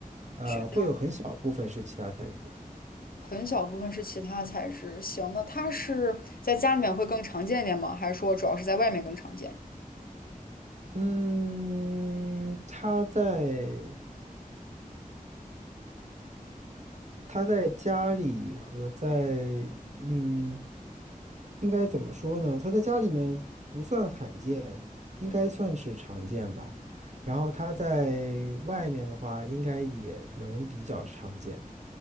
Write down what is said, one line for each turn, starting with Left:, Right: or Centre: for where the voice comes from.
Right: 呃，
Left: 雪大。
Right: 会有很小部分是其他材质，
Left: 很小部分是其他材质。行，那它是在家里面会更常见一点吗？还是说主要是在外面更常见？
Right: 嗯，它在。他在家里和在嗯，应该怎么说呢？他在家里面不算罕见，应该算是常见吧。然后他在外面的话，应该也能比较常见。